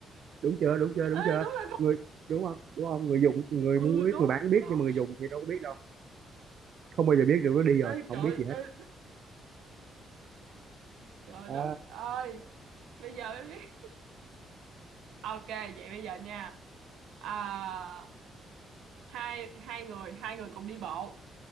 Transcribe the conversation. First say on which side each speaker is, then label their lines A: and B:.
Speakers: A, on the right (about 60°); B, on the right (about 90°).
A: đúng chưa đúng chưa đúng chưa
B: ê đúng là không
A: người đúng không đúng không người dùng người
B: ừ
A: mua biết
B: đúng
A: người bán biết
B: đúng
A: nhưng mà người dùng thì đâu có biết đâu không bao giờ biết được nó đi
B: ơi
A: rồi không
B: trời
A: biết gì hết
B: ơi trời
A: Ờ,
B: đất ơi bây giờ mới biết ok vậy bây giờ nha à, hai hai người hai người cùng đi bộ